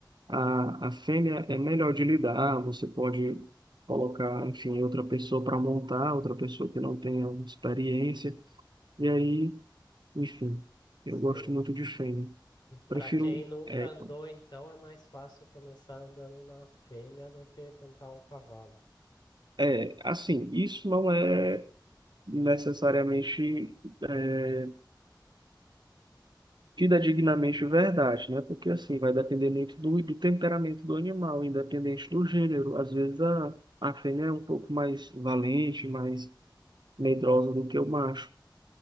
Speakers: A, on the right; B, on the left.
A: a, a fêmea é melhor de lidar. Você pode colocar, enfim, outra pessoa para montar, outra pessoa que não tenha experiência. E aí, enfim,
B: Sei.
A: eu gosto muito de fêmea. Prefiro
B: Pra quem nunca
A: égua.
B: andou, então é mais fácil começar andando na fêmea do que tentar um cavalo.
A: É, assim, isso não é necessariamente é, tida dignamente verdade, né? Porque assim vai depender muito do, do temperamento do animal, independente do gênero. Às vezes a, a fêmea é um pouco mais valente, mais medrosa do que o macho.